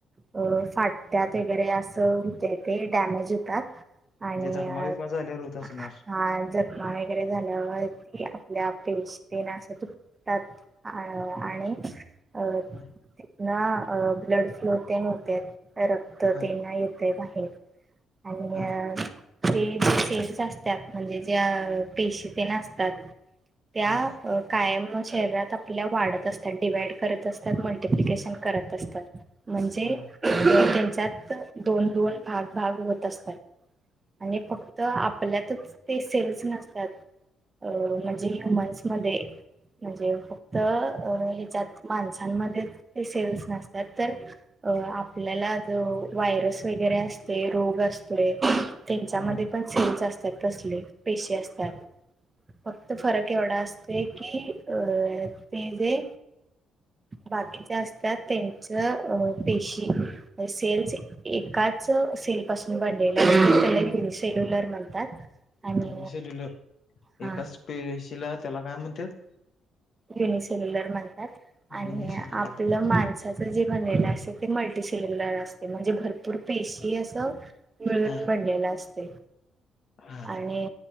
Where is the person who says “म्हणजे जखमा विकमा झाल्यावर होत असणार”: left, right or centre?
Left